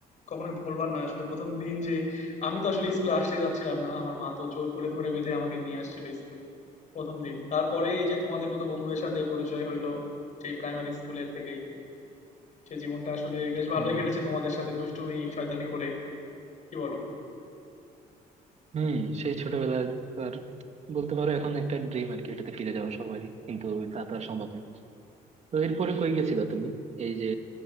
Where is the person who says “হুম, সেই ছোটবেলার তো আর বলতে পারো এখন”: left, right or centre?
Right